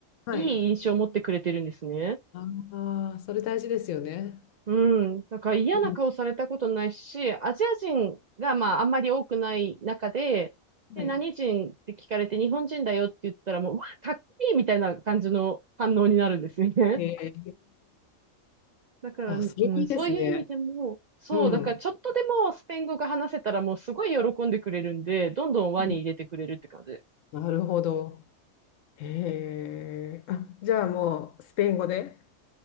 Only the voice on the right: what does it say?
いい印象を持ってくれてるんですね。
うん。だから嫌な顔されたことないし、
アジア人がまああんまり多くない中で、で、
何人って聞かれて日本人だよって言ったらもう、うわ、かっこいいみたいな感じの反応になるんですよね。
<laughs> だから、
うん、
そういう意味でも、そう、
だからちょっとでもスペイン語が話せたらもうすごい喜んでくれるんで、どんどん輪に入れてくれるって感じです。